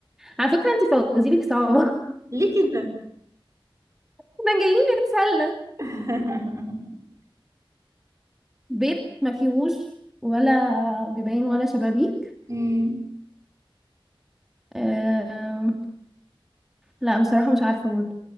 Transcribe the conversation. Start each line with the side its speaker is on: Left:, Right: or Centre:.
Centre: على فكرة انت فوازيرك صعبة <laughs>
Right: ليه كده
Centre: احنا جايين نتسلى
Right: <laughs>
Centre: بيت ما فيهوش ولا بيبان ولا شبابيك
Right: مم،
Centre: آه لا بصراحة مش عارفة برضو